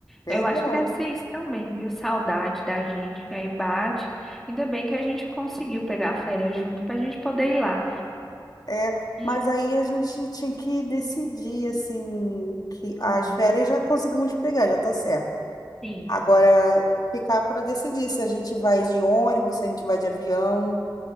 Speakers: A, on the left; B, in the centre.
A: Verdade.
B: Eu acho que deve ser isso também, viu? Saudade da gente. E aí bate. Ainda bem que a gente conseguiu pegar a férias junto pra gente poder ir lá.
A: É,
B: E,
A: mas aí a gente tinha que decidir, assim, que
B: ah,
A: as férias já conseguimos pegar, já tá certo.
B: sim.
A: Agora, ficar para decidir se a gente vai de ônibus, se a gente vai de avião,